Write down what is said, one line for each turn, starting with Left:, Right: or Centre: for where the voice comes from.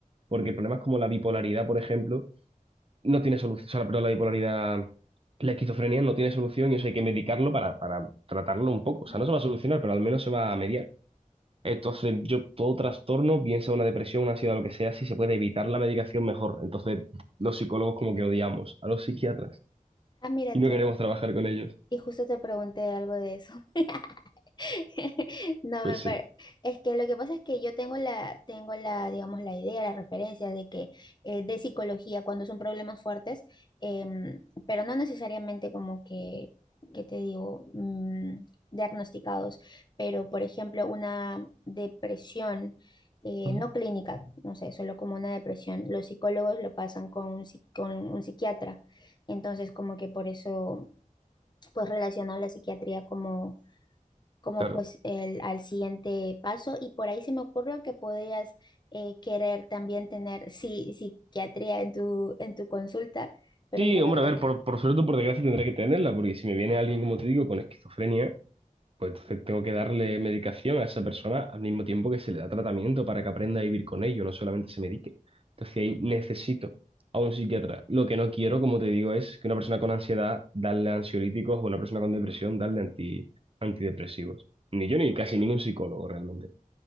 Right: Porque problemas como la bipolaridad, por ejemplo, no tiene solución. O sea, pero la bipolaridad, la esquizofrenia no tiene solución y eso hay que medicarlo para, para tratarlo un poco. O sea,
Left: Ujú.
Right: no se va a solucionar, pero al menos se va a mediar. Entonces, yo todo trastorno, bien sea una depresión, una ansiedad, lo que sea, si se puede evitar la medicación, mejor. Entonces, los psicólogos como que odiamos a los psiquiatras
Left: Ah, mira
Right: y no
Left: tú.
Right: queremos trabajar con ellos.
Left: Y justo te pregunté algo de eso. <laughs> <laughs> No
Right: Pues
Left: me
Right: sí,
Left: parece. Es que lo que pasa es que yo tengo la, tengo la, digamos, la idea, la referencia de que eh, de psicología cuando son problemas fuertes, em, pero no necesariamente como que, que te digo, mm, diagnosticados, pero por ejemplo, una depresión eh,
Right: Ujú.
Left: no clínica, no sé, solo como una depresión, los psicólogos lo pasan con un, psi- con un psiquiatra, entonces como que por eso pues relaciono la psiquiatría como como
Right: claro.
Left: pues el, al siguiente paso y por ahí se me ocurrió que podías eh, querer también tener sí, psiquiatría en tu, en tu consulta, pero
Right: Sí,
Left: ya
Right: hombre,
Left: veo que
Right: a ver,
Left: no.
Right: por, por suerte o por desgracia tendré que tenerla, porque si me viene alguien, como te digo, con esquizofrenia, Pues entonces tengo que darle medicación a esa persona al mismo tiempo que se le da tratamiento para que aprenda a vivir con ello, no solamente se medique. Entonces ahí necesito a un psiquiatra. Lo que no quiero, como te digo, es que una persona con ansiedad darle ansiolíticos o una persona con depresión darle anti- antidepresivos. Ni yo ni casi ningún psicólogo realmente.